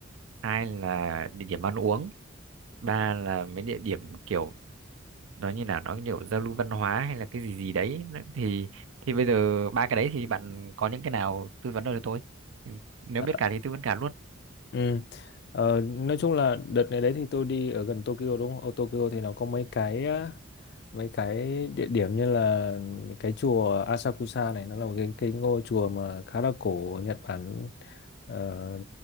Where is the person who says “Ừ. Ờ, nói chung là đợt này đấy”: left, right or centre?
Left